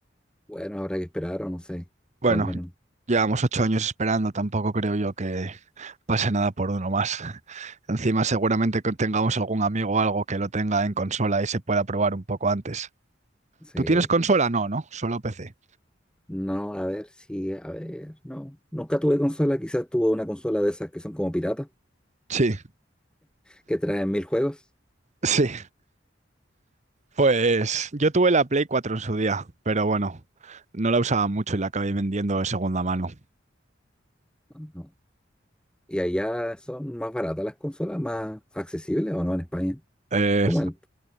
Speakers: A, in the centre; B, on the right (about 40°).
A: Bueno, habrá que esperar o no sé,
B: Bueno,
A: o al menos,
B: Llevamos ocho años esperando, tampoco creo yo que pase nada por uno más. <laughs> Encima seguramente que tengamos algún amigo o algo que lo tenga en consola y se pueda probar un poco antes.
A: sí,
B: ¿Tú tienes consola?
A: va-
B: No, ¿no? Solo PC.
A: no, a ver si, a ver, no, nunca tuve consola, quizás tuve una consola de esas que son como piratas,
B: Sí,
A: que traen mil juegos,
B: <laughs> sí. Pues yo tuve la Play 4 en su día, pero bueno, no la usaba mucho y la acabé vendiendo de segunda mano.
A: Ajá. y allá son más baratas las consolas, más accesibles o no en España,
B: Eh,
A: como el,